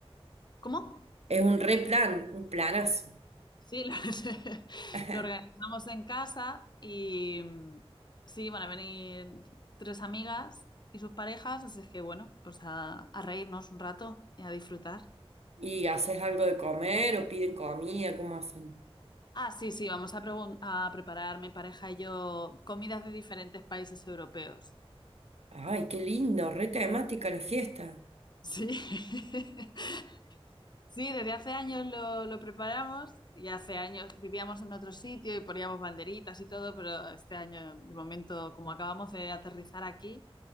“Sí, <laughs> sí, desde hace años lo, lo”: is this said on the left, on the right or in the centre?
Left